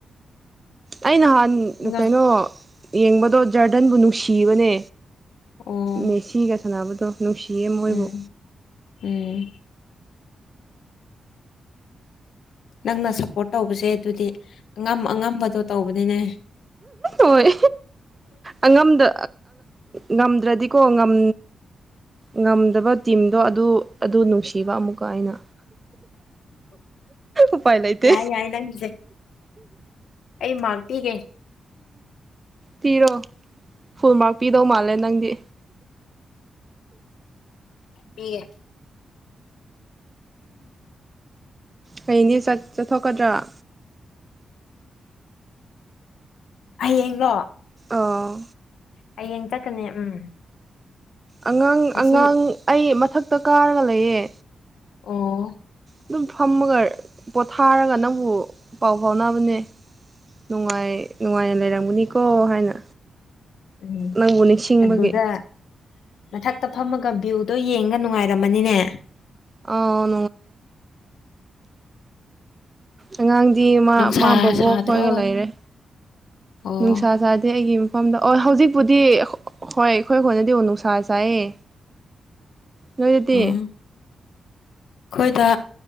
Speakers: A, on the right; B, on the left.
A: ꯑꯩ ꯅꯍꯥꯟ
B: ꯉꯥ
A: ꯀꯩꯅꯣ ꯌꯦꯡꯕꯗꯣ ꯖꯔꯗꯟꯕꯨ ꯅꯨꯡꯁꯤꯕꯅꯦ
B: ꯑꯣ
A: ꯃꯦꯁꯤꯒ ꯁꯥꯟꯅꯕꯗꯣ ꯅꯨꯡꯁꯤꯌꯦ ꯃꯣꯏꯕꯨ
B: ꯎꯝ ꯎꯝ ꯅꯪꯅ ꯁꯞꯄꯣꯔꯠ ꯇꯧꯕꯁꯦ ꯑꯗꯨꯗꯤ ꯑꯉꯝ ꯑꯉꯝꯕꯗꯣ ꯇꯧꯕꯅꯤꯅꯦ
A: ꯍꯣꯏ ꯑꯉꯝꯗ ꯉꯝꯗ꯭ꯔꯗꯤꯀꯣ ꯉꯝ ꯉꯝꯗꯕ ꯇꯤꯝꯗꯣ ꯑꯗꯨ ꯑꯗꯨ ꯅꯨꯡꯁꯤꯕ ꯑꯃꯨꯛꯀ ꯑꯩꯅ ꯎꯄꯥꯏ ꯂꯩꯇꯦ
B: ꯌꯥ ꯌꯥꯏ ꯂ ꯃꯤꯖ ꯑꯩ ꯃꯥꯛꯇꯤꯒꯦ
A: ꯄꯤꯔꯣ ꯐꯨꯜ ꯃꯥꯔꯛ ꯄꯤꯗꯧ ꯃꯥꯜꯂꯦ ꯅꯪꯗꯤ
B: ꯄꯦ
A: ꯀꯩꯅꯦ ꯆꯠꯊꯣꯛꯀꯗ꯭ꯔꯥ
B: ꯍꯌꯦꯡ ꯂꯣ
A: ꯑꯥ
B: ꯍꯌꯦꯡ ꯆꯛꯀꯅꯦ ꯎꯝ
A: ꯑꯉꯥꯡ
B: ꯉꯁꯤ
A: ꯑꯉꯥꯡ ꯑꯩ ꯃꯊꯛꯇ ꯀꯥꯔꯒ ꯂꯩꯌꯦ
B: ꯑꯣ
A: ꯑꯗꯨꯝ ꯐꯝꯃꯒ ꯄꯣꯊꯥꯔꯒ ꯅꯪꯕꯨ ꯄꯥꯎ ꯐꯥꯎꯅꯕꯅꯦ ꯅꯨꯡꯉꯥꯏ ꯅꯨꯡꯉꯥꯏꯅ ꯂꯩꯔꯝꯒꯅꯤꯀꯣ ꯍꯥꯏꯅ
B: ꯎꯝ
A: ꯅꯪꯕꯨ ꯅꯤꯡꯁꯤꯡꯕꯒꯤ
B: ꯑꯗꯨꯗ ꯃꯊꯛꯇ ꯐꯝꯃꯒ ꯚ꯭ꯌꯨꯗꯣ ꯌꯦꯡꯒ ꯅꯨꯡꯉꯥꯏꯔꯝꯃꯅꯤꯅꯦ
A: ꯑꯥꯎ ꯑꯉꯥꯡ ꯗꯤ ꯃꯥ
B: ꯅꯨꯡꯁꯥ
A: ꯃꯥ ꯕꯕꯣꯛ
B: ꯁꯥꯗ꯭ꯔꯣ
A: ꯈꯣꯏꯒ ꯂꯩꯔꯦ
B: ꯑꯣ
A: ꯅꯨꯡꯁꯥ ꯆꯥꯗꯦ ꯑꯩꯒꯤ ꯃꯐꯝꯗ ꯑꯣ ꯍꯧꯖꯤꯛꯄꯨꯗꯤ ꯍꯣꯏ ꯑꯩꯈꯣꯏ ꯍꯣꯏꯅꯗꯤ ꯅꯨꯡꯁꯥ ꯆꯥꯏꯌꯦ ꯅꯣꯏ ꯑꯗꯨꯗꯤ
B: ꯎꯝ ꯑꯩꯈꯣꯏꯗ